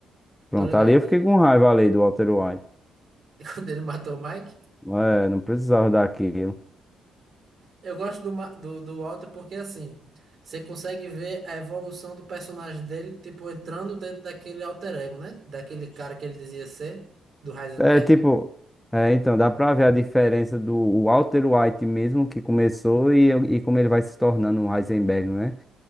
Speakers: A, in the centre; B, on the right.
A: Pronto,
B: Tô ligado
A: ali eu
B: nele.
A: fiquei com raiva ali do Walter White.
B: <laughs> Quando ele matou o Mike.
A: É, não precisava daquilo.
B: Eu gosto do, Ma- do, do Walter porque assim, você consegue ver a evolução do personagem dele, tipo, entrando dentro daquele alter ego, né? Daquele cara que ele dizia ser, do Heisenberg.
A: É tipo. É, então, dá pra ver a diferença do Walter White mesmo que começou e, e como ele vai se tornando um Heisenberg, né?